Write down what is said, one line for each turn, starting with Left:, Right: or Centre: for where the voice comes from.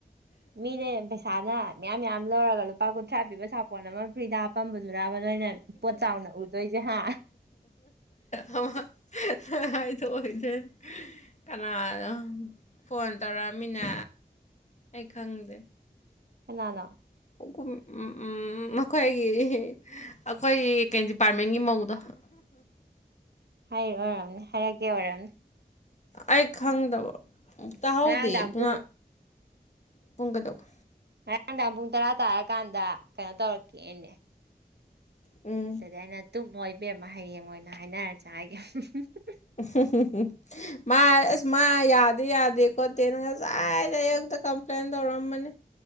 Right: ꯃꯤꯅꯦ <unintelligible> ꯄꯩꯁꯥꯅ ꯃꯌꯥꯝ ꯃꯌꯥꯝ ꯂꯧꯔꯒ ꯂꯨꯄꯥ ꯀꯨꯟꯊ꯭ꯔꯥ ꯄꯤꯕ ꯁꯥꯄꯣꯟ ꯑꯃ ꯐ꯭ꯔꯤꯗ ꯍꯥꯞꯄꯝꯕꯗꯨꯔꯥꯕ ꯅꯣꯏꯅ ꯄꯣꯠ ꯆꯥꯎꯅ ꯎꯗꯣꯏꯁꯦ ꯍꯥ
Left: ꯑꯃꯥ ꯍꯥꯏꯗꯣꯛꯑꯣꯏꯅꯦ ꯀꯅꯥꯅꯣ ꯐꯣꯟ ꯇꯧꯔꯛꯑꯃꯤꯅ ꯑꯩ ꯈꯪꯗꯦ
Right: ꯀꯅꯥꯅꯣ
Left: ꯎꯝ ꯃꯈꯣꯏꯒꯤ ꯑꯩꯈꯣꯏꯒꯤ ꯀꯩ ꯗꯤꯄꯥꯔꯠꯃꯦꯟꯒꯤ ꯃꯧꯗꯣ
Right: ꯍꯥꯏ ꯑꯣꯏꯔꯝꯅꯤ ꯍꯥꯏꯔꯛꯀꯦ ꯑꯣꯏꯔꯝꯅꯤ
Left: ꯑꯩ ꯈꯪꯗꯕ ꯇꯥꯍꯧꯗꯦ
Right: ꯉꯔꯥꯡꯗꯥꯡ
Left: ꯄꯨ
Right: ꯄꯨꯡ
Left: ꯄꯨꯡ ꯀꯗꯧꯕ
Right: ꯥꯍꯣꯔꯦꯟ ꯅꯨꯡꯗꯥꯡ ꯄꯨꯡ ꯇꯔꯥ ꯇꯥꯔꯀꯥꯟꯗ ꯀꯩꯅꯣ ꯇꯧꯔꯛꯀꯦꯅꯦ
Left: ꯎꯝ
Right: ꯉꯟꯅ ꯇꯨꯝꯃꯣ ꯏꯕꯦꯝꯃ ꯍꯌꯦꯡ ꯑꯣꯏꯅ ꯍꯥꯏꯅꯔꯖꯦ ꯍꯥꯏꯒꯤ <unintelligible>
Left: <unintelligible> ꯃꯥ ꯑꯁ ꯃꯥ ꯌꯥꯗꯤ ꯌꯥꯗꯦ ꯈꯣꯠꯇꯦꯅ ꯉꯁꯥꯏꯗ ꯑꯌꯨꯛꯇ ꯀꯝꯄ꯭ꯂꯦꯟ ꯇꯧꯔꯝꯕꯅꯤ